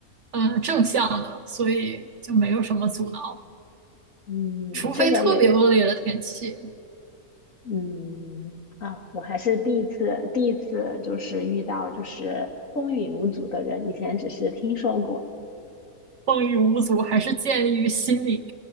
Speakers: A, on the right; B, on the left.
A: 嗯，正向的，所以就没有什么阻挠，
B: 嗯，
A: 除非特别恶劣的天气，
B: 这个也，嗯啊，我还是第一次，第一次就是遇到就是风雨无阻的人，以前只是听说过。
A: 风雨无阻，还是建立于心理，